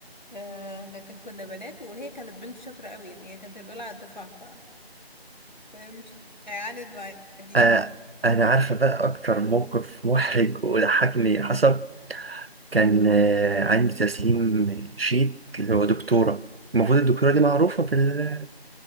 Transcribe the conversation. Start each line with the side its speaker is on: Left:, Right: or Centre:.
Left: آه لكن كنا بنات وهي كانت بنت شاطرة قوي يعني هي كانت الأولى على الدفعة ف فاهم مش هيعاند معايا دي
Right: آه
Left: يعني <laughs>
Right: انا عارفة بقى اكتر موقف محرج وضحكني حصل كان آه، عندي تسليم شيت اللي هو دكتورة المفروض الدكتورة دي معروفة في ال-